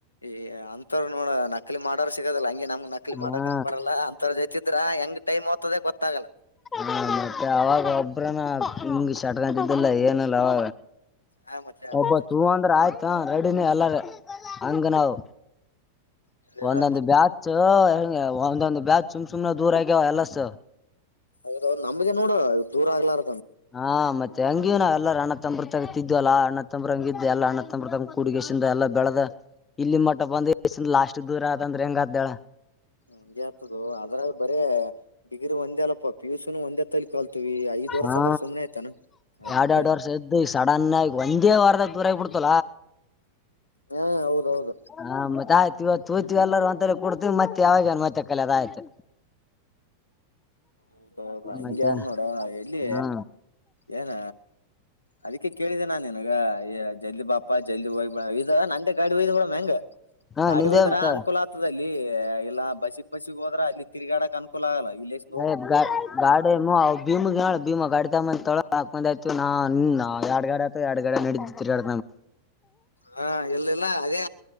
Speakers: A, on the left (about 80°); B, on the left (about 20°).
A: ಏ ಅಂತವ್ ನೋಡ ನಕಲಿ ಮಾಡೋರು ಸಿಗದಲ್ಲ ಹಂಗೆ ನಮ ಂಗ್ ನಕ್ಲಿ
B: ಹಾ
A: ಮಾಡಕ ಬರಲ್ಲ ಅಂತರ ಜೊತಿದ್ರ ಹೆಂಗ್ ೈಮ್ ಓದತದ ಗೊತ್ತಾಗಲ್ಲ
B: ಹ ಮತ್ತೆ ಅವಾಗ ಒಬ್ರನ ಹಂಗಗೆ <unintelligible> ಇದಿಲ್ಲ ಏನಲ್ಲ ಅವ
A: ಹಾ ಮತ್ತೆ
B: ಒಬ್ಬ
A: ಹೌದ
B: ತೂ ಅಂದ್ರೆ ಆಯ್ತು ರೆಡಿನಿ ಎಲ್ಲಾರ ಹಂಗ ನಾವು
A: ಹೇಳಿದ
B: ಒಂದೊಂದು ಬ್ಯಾಚ್ ಒಂದೊಂದ ಬ್ಯಾಜ ಸುಮ್ ಸುಮ್ನ ದೂರ ಆಗ್ಯವ ಎಲ್ಲಸ
A: ಅೌ ನಮ್ದೇ ನೋಡುವ ದೂರ ಆಗ್ಲಾರ
B: ಹಾ ಮತ್ತೆ ಹಂಗಿೂ ನಾವ ಎಲ್ಲರ ಅಣ್ಣ ತಂಬ್ರ ತಗತಿದ್ವಲ್ಲಾ ಅಣ್ಣ ತಂಬ್ರಂಗ ಇದ್ದ ಎಲ್ಲ ಅಣ್ಣ ತಂಬ್ರಂಗ ಕೂಡಗಸಿಂದ ಎಲ್ಲ ಬೆಳ್ದ ಇಲ್ಲಿ ಮೊಟ್ಟ ಬಂದ ಲಾಸ್ಟ್ ದೂರ ಅಂದ್ರೆ ಹೆಂಗ ಅ್ದಾಳ
A: ಹಂಗಗೆ ಆತದು ಅದ್ರ ಬರೇ ಡಿಗ್ರಿ ಒಂದೇ ಅಲ್ಲಪ್ಪ ಪಿ ಯುಸನ್ ಒಂದೇ ತಲಿ ಕಲ್ತೀವಿ ಐದ್ ವರ್ಷ
B: ಹಾ
A: ಅಂದ್ರ ಸುಮ್ನೆ ಆಯ್ತಾನ ಹಾ
B: ಎರಡ್
A: ಮತ್ತೆ
B: ಎರಡು ವರ್ಷ ಇದದ್ದು ಈ ಸಡನ್ ಆಗ ಒಂದೇ ವಾರದಾಗ ದೂರ ಆಗ್ಬಿಡ್ತು
A: ಹಾ ಹೌದೌದು
B: ಹ ಮತ್ತ ಆಯ್ತಿವತ್ತು ತೂತವಿ ಎಲ್ಲರೂ ಅಂತ ಕುಡ್ತವಿ ಮತ್ತೆ ಯಾವಾಗ ಮತ್ತೆ ಕಲ ಅದ ಆಯ್ತು
A: ಹೌದೌದಾ ಹಂಗಗೆ
B: ಮತ್ತೆ
A: ಅ ನೋಡ ಎಲ್ಲಿ
B: ಹಾ
A: ಏನ ಅದಕ್ಕೆ ಕೇಳಿದೆೆ ನಾನ್ ನಿನ್ಗ ಈ ಜಲ್ದಿ ಬಾಪ ಜಲ್ದಿ ಹೋಗ್ ಇದ ನ ಗಾಡಿ ಹಯ್ದ್ ಕೂಡ ಮ್ಯಾಂಗ
B: ಹಾ
A: ಗಾಡಿ
B: ನಿಂದೇಂತ
A: ಹೋಯದ್ರ ಅನುಕೂಲ ಆಗ್ತದಲ್ಲಿ ಇಲ್ಲ ಬಸಿ ಪಸಿಗೆ ಹೋದ್ರೆ ಅಲ್ಲಿ ತಿಗಾಡಕ್ ಅನುಕೂಲ ಆಗಲ್ಲ ಇಲ್ಲಿ ಎಷ್ಟು
B: ಅ ಗ ಗಾಡಿ ಭೀಮ ಭೀಮ ಗಾಡಿ ತ ಮಂದ ತೊಳ ಹಾಕ್ ಮಂದ್ ಆಯತು ನಾ ನಿ ಎರಡ್ಗಡೆ ಆಯತ ಎರಡ್ಗಡೆ ನಡಿದರಿ ಎರ
A: ಹಾ ಎಲ್ಲೆಲ್ಲ ಅದೇ